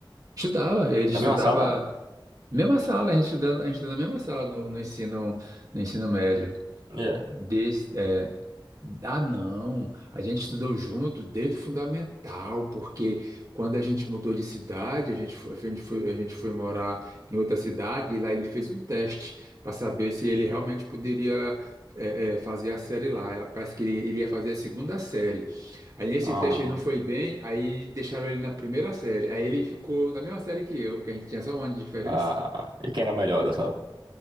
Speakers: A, on the right (about 45°); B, on the right (about 80°).
A: Estudava, ele
B: Na
A: estudava
B: mesma sala?
A: Mesma sala, a gente estudou, a gente estudou na mesma sala no, no ensino, no ensino médio.
B: Yeah.
A: Desde, é, ah, não, a gente estudou junto desde o fundamental, porque quando a gente mudou de cidade, a gente foi, a gente foi, a gente foi morar em outra cidade e lá ele fez um teste para saber se ele realmente poderia é, é, fazer a série lá. Era- Parece que ele, ele ia fazer a segunda série. Aí nesse
B: Ah,
A: teste ele não foi bem, aí deixaram ele na primeira série. Aí ele ficou na mesma série que eu, que a gente tinha só um ano de diferença.
B: ah. E quem era melhor da sala?